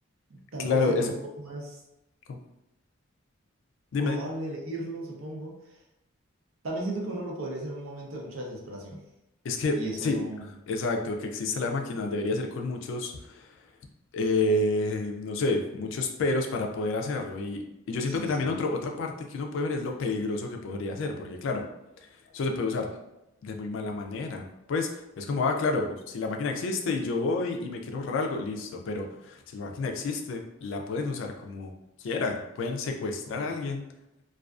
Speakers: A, on the right (about 75°); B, on the left (about 60°).
A: tal
B: Claro,
A: vez sería
B: es...
A: un poco más
B: co- Dime,
A: probable
B: dime.
A: elegirlo, supongo También siento que uno lo podría hacer en un momento de mucha desesperación.
B: Es que,
A: Y eso
B: sí,
A: no.
B: exacto, que existe la máquina debería ser con muchos, eh, no sé, muchos peros para poder hacerlo. Y, y yo
A: Sí,
B: siento que también
A: sí.
B: otro, otra parte que uno puede ver es lo peligroso que podría ser, porque claro, eso se puede usar de muy mala manera. Pues es como, ah, claro, si la máquina existe y yo voy y me quiero ahorrar algo, listo, pero si la máquina existe, la pueden usar como quieran, pueden secuestrar
A: por-
B: a alguien